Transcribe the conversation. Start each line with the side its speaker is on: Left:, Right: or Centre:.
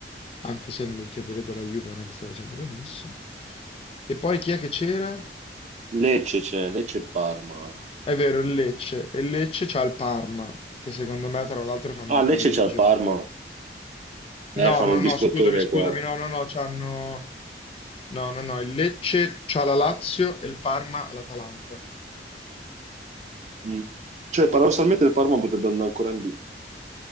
Left: anche se nell'ultimo periodo la Juve non è che stia facendo benissimo. E poi chi è che c'era?
Right: Eh, Lecce c'è, Lecce e Parma.
Left: È vero, il Lecce. E il Lecce c'ha il Parma, che secondo me tra l'altro fanno
Right: Ah,
Left: un pareggio.
Right: Lecce c'è il Parma. Eh,
Left: No,
Right: fanno
Left: no,
Right: il biscottone
Left: no, scusami, scusami,
Right: qua.
Left: no, no, no, c'hanno... No, no, no, il Lecce c'ha la Lazio e il Parma l'Atalanta.
Right: Mm. Cioè, paradossalmente il Parma potrebbe andare ancora in B,